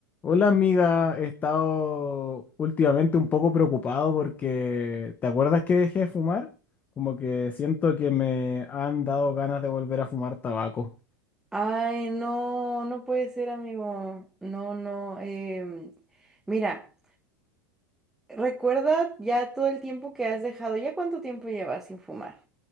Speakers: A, on the left; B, in the centre.
A: Hola amiga, he estado últimamente un poco preocupado porque ¿te acuerdas que dejé de fumar? Como que siento que me han dado ganas de volver a fumar tabaco.
B: Ay, no, no puede ser, amigo. No, no. em, mira, recuerda ya todo el tiempo que has dejado. ¿Ya cuánto tiempo llevas sin fumar?